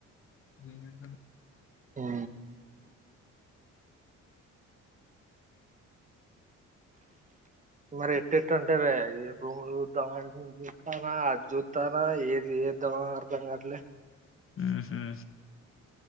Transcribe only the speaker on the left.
ఏం ఏం
ఉహ్మ్